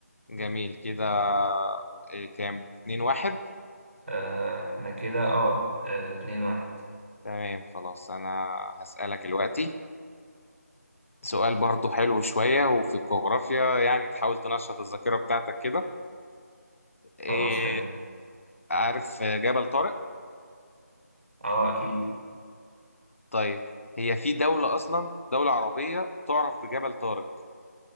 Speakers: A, on the left; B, on the right.
A: جميل كده آه، كام 2 1
B: آه احنا كده اه آه، اتنين واحد
A: تمام خلاص انا هسألك دلوقتي سؤال برضه حلو شوية وفي الجغرافيا يعني تحاول تنشط الذاكرة بتاعتك كده إيه
B: خلاص حلو
A: عارف جبل طارق؟
B: اه اكيد
A: طيب هي في دولة أصلا دولة عربية تعرف بجبل طارق